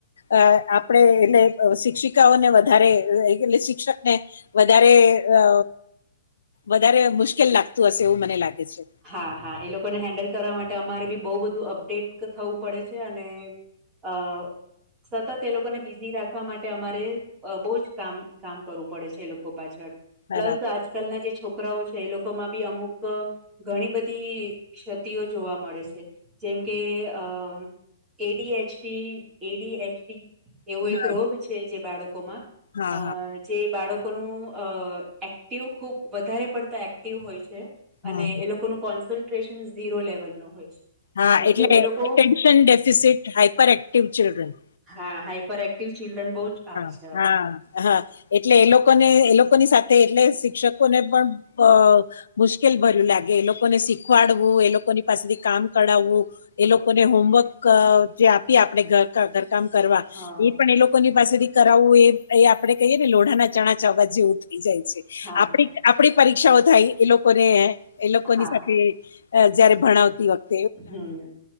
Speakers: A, on the left; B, on the right.
A: અ આપણે એટલે શિક્ષિકાઓને વધારે એટલે શિક્ષક ને વધારે અ વધારે મુશ્કેલ લાગતું હશે એવું મને લાગે છે.
B: હા, હા, એ લોકોને હેન્ડલ કરવા માટે અમારે બી બહુ બધું અપડેટ થવું પડે છે. અને અ. સતત એ લોકોને બિઝી રાખવા માટે અમારે અ બહુ જ કામ- કામ કરવું પડે છે એ લોકો પાછળ
A: બરાબર
B: પ્લસ આજકાલના જે છોકરાઓ છે એ લોકોમાં બી અમુક ઘણી બધી ક્ષતિઓ જોવા મળે છે, જેમ કે અ એડી એચડી એડી એચડી એવો
A: હા
B: એક રોગ છે, જે બાળકોમાં
A: હા
B: અ
A: હા
B: જે બાળકોનું અ એક્ટિવ ખુબ વધારે પડતા એક્ટિવ હોય છે.
A: હા
B: અને એ લોકોનું કોન્સન્ટ્રેશન ઝીરો લેવલનો હોય
A: હા
B: છે
A: એટલે
B: એ લોકો
A: attention deficit hyper active children
B: હા હાઈપર એક્ટિવ ચિલ્ડ્રન બો જ આવે
A: હા
B: છે હવે
A: હા હા. એટલે એ લોકોને એ લોકોની સાથે એટલે શિક્ષકોને પણ અ મુશ્કેલ ભર્યું લાગે એ લોકોને શીખવાડવું એ લોકોની પાસેથી કામ કઢાવવું એ લોકોને હોમવર્ક જે આપીએ આપણે ઘરકા ઘરકામ કરવા
B: હા
A: ઈ પણ એ લો પાસેથી કરાવવું એ એ આપડે કહીએ ને લોઢાંના ચણા ચાવવા જેવું થઇ જાય છે.
B: હા
A: આપડી
B: હા
A: આપડી પરીક્ષાઓ થાય એ લોકોને એ લોકોની
B: હા
A: સાથે અ જયારે ભણાવતી વ
B: હમ્મ